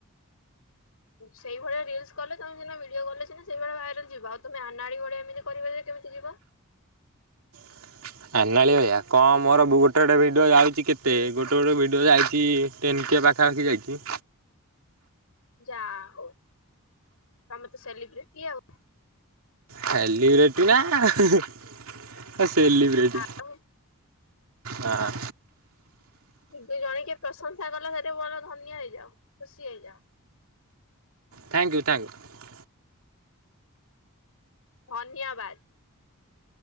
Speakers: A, on the left; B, on the right.
A: ସେଇଭଳିଆ ରିଲସ କଲେ ତମେ ସିନା ଭିଡିଓ ଗଲେ ସିନା ସେଇଭଳି ଭାଇରାଲ ଯିବ ଆଉ ତମେ ଆନାଡି ଭଳିଆ ଏମିତି କରିବ ଯେ କେମିତି ଯିବ?
B: <inaudible> କଣ ମୋର ଗୋଟେ ଗୋଟେ ଭିଡ଼ିଓ ଯାଉଛି କେତେ ଗୋଟେ ଗୋଟେ ଭିଡ଼ିଓ ଯାଇଛି ଟେନକେ ପାଖାପାଖି ଯାଇଛି।
A: ଯା ହଉ ତମେ ତ ସେଲିବ୍ରିଟି ଆଉ।
B: ସେଲିବ୍ରିଟି ନା ସେଲିିବ୍ରିଟି
A: ଆଉ
B: ହଁ।
A: କି ଜଣେ କିଏ ପ୍ରଶଂସା କଲା ସେଠି ଭଲ ଧନ୍ୟ ହେଇଯାଉ ଖୁସି ହେଇଯାଉ।
B: ଥ୍ୟାଙ୍କ ୟୁ ଥ୍ୟାଙ୍କ ୟୁ,
A: ଧନ୍ୟବାଦ।